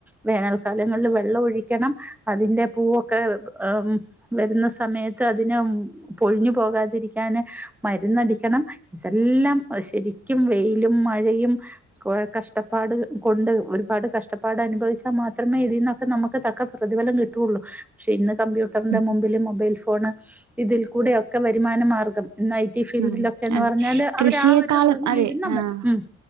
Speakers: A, in the centre; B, on the right (about 70°).
A: വേനൽക്കാലങ്ങളിൽ വെള്ളം ഒഴിക്കണം അതിന്റെ പൂവൊക്കെ ഹേ ഉം വരുന്ന സമയത്ത് അതിനെ ഉം പൊഴിഞ്ഞു പോകാതിരിക്കാന് മരുന്നടിക്കണം എല്ലാം ശരിക്കും വെയിലും മഴയും കൊഴ കഷ്ടപ്പാട് ഉം കൊണ്ട് ഒരുപാട് കഷ്ടപ്പാട് അനുഭവിച്ച മാത്രമേ ഇതിന്നൊക്കെ നമുക്ക് തക്ക പ്രതിഫലം കിട്ടുള്ളു. പക്ഷെ ഇന്ന് കമ്പ്യൂട്ടറിന്റെ
B: ഉം
A: മുമ്പില് മൊബൈൽ ഫോണ് ഇതിൽ കൂടെ ഒക്കെ വരുമാന മാർഗ്ഗം ഇന്നായി ഈ ഫീൽഡിലൊക്കെന്ന്
B: ഉം അതെ
A: പർഞ്ഞാല്
B: കൃഷിയെക്കാളും
A: അവർ ആ ഒരു റൂമിലിരുന്നാ
B: അതെ
A: മതി
B: ആഹ്
A: ഉം.